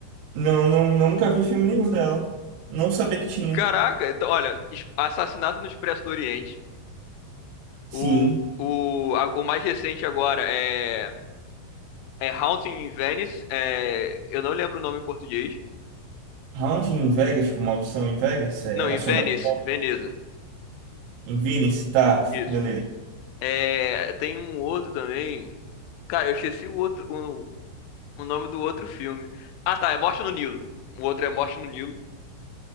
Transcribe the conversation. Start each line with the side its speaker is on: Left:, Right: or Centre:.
Right: Não, não, nunca vi filme nenhum dela. Não sabia que tinha.
Left: Caraca, então, olha, es- Assassinato no Expresso do Oriente.
Right: Sim.
Left: O, o, a- o mais recente agora é É Haunting in Venice. É, eu não lembro o nome em português.
Right: Round em Vegas, tipo, Maldição em Vegas, é
Left: Não, em
Right: Assombração
Left: Venice, Veneza.
Right: em Venice, tá,
Left: Isso.
Right: beleza.
Left: É, tem um outro também. Cara, eu esqueci o outro, o, o nome do outro filme. Ah, tá, é Morte no Nilo. O outro é Morte no Nilo.